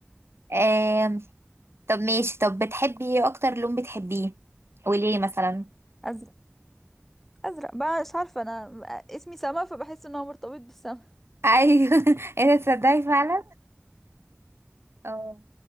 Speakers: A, on the right; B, in the centre.
A: آم، طب ماشي طب بتحبي ايه اكتر لون بتحبيه وليه مثلا
B: أزرق أزرق بقى مش عارفة أنا اسمي سما فبحس إن هو مرتبط بالسما
A: ايوه <laughs> ايه ده تصدقي فعلا اه